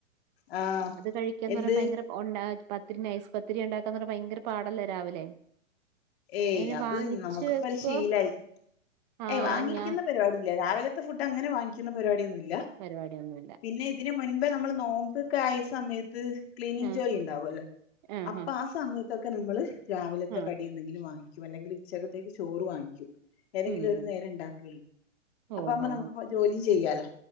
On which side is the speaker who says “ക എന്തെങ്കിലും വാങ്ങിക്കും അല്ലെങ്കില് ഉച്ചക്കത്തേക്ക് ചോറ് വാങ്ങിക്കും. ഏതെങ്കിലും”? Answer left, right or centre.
Left